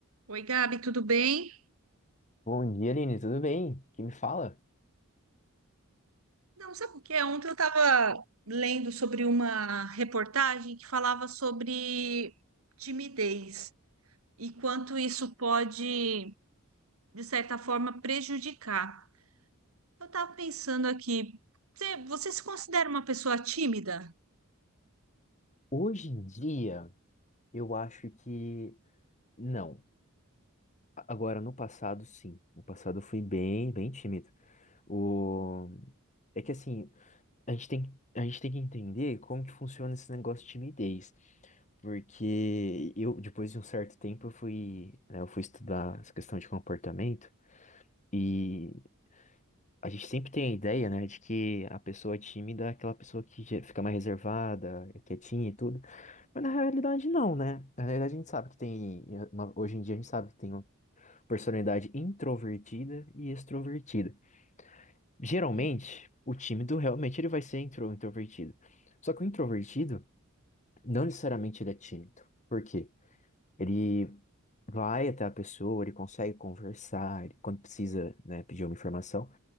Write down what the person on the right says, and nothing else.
Oi, Gabi, tudo bem?
Não, sabe o que é? Ontem eu estava lendo sobre uma reportagem que falava sobre timidez e quanto isso pode, de certa forma, prejudicar. Eu estava pensando aqui, você, você se considera uma pessoa tímida?
Sim,